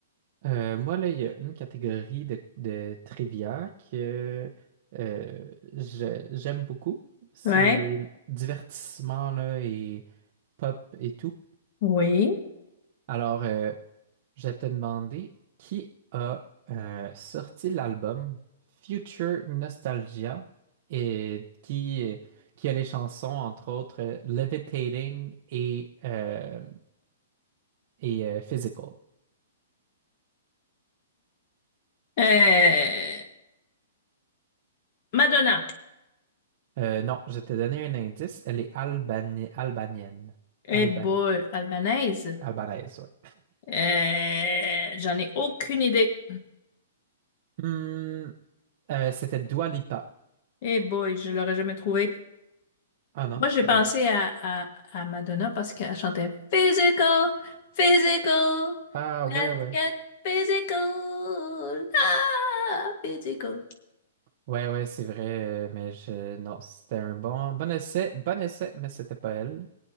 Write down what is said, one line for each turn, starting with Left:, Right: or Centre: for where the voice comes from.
Right: euh, moi là, il y a une catégorie de, de trivia que euh, je- j'aime beaucoup. C'est
Left: Ouais,
Right: le divertissement là, et pop et tout.
Left: oui.
Right: Alors, euh, je t'ai demandé qui a euh, sorti l'album Future Nostalgia et qui, euh, qui a les chansons, entre autres, euh, Levitating et, euh, et euh, Physical.
Left: Euh, Madonna.
Right: Euh, non, je t'ai donné un indice. Elle est albani- albanienne.
Left: Eh
Right: Alban-
Left: boy, albanaise.
Right: albanaise, ouais.
Left: Euh, j'en ai aucune idée.
Right: Hmm, euh, c'était Dua Lipa.
Left: Eh boy, je l'aurais jamais trouvé.
Right: Ah non.
Left: Moi, j'ai
Right: Ah,
Left: pensé à, à, à Madonna parce qu'elle chantait Physical, Physical,
Right: Ah,
Left: let's
Right: ouais, ouais.
Left: get physical, ah, physical.
Right: Ouais, ouais, c'est vrai, euh, mais je... Non, c'était un bon... Bon essai, bon essai, mais c'était pas elle.